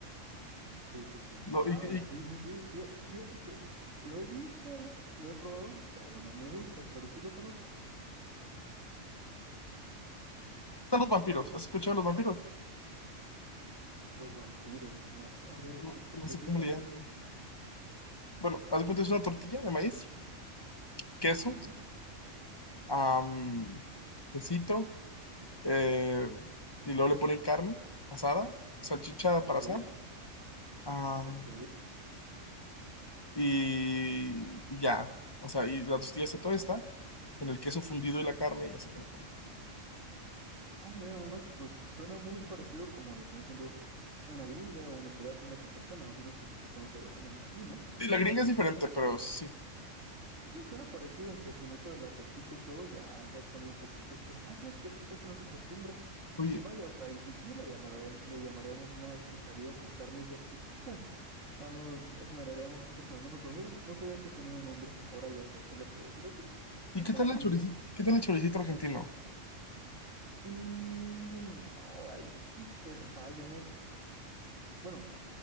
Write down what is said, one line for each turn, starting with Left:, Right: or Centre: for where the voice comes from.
Right: Sí, sí, sí.
Left: Lo-
Right: Wow,
Left: y, y- ¿qué
Right: sí, sí, sí. Fie- Fíjate que lo he visto, l- lo he probado, pero no me gusta, pero sí lo conozco.
Left: tal los vampiros? ¿Has escuchado de los vampiros?
Right: Los vampiros, no sabría decirte
Left: No, no
Right: qué
Left: sé
Right: es
Left: cómo
Right: eso.
Left: le llaman. Bueno, haz de cuenta, es una tortilla de maíz, queso,
Right: Sí,
Left: am, quesito, eh, y luego le ponen carne asada, salchicha
Right: ok,
Left: para asar, Ah,
Right: ok.
Left: y, y ya. O sea, y la tortilla se está con el queso fundido y la carne y así te la comes.
Right: Ah, mira, nada más, pues suena muy parecido como a lo que viene siendo una gringa o una pirata, una campechana. Imagino si se conoce allá también así, ¿no?
Left: Sí, la gringa es diferente, pero sí.
Right: Sí, suena parecido, aunque con eso de la salchicha y todo ya, ya cambió un poquito, pero no, fíjate que aquí casi no se acostumbra.
Left: Oye,
Right: Vaya, o sea, y si sí, le llamaré- le llamaríamos una quesadilla con carne y salchicha. <laughs> No nos esmeraríamos tanto con el nombre, pero mira, no sabía que tenía un nombre, ahora ya sé que le puedo decir así,
Left: ¿y
Right: un
Left: qué
Right: vampiro.
Left: tal el choricito? ¿Qué tal el choricito argentino?
Right: Y no, ahí sí te fallo, no bueno,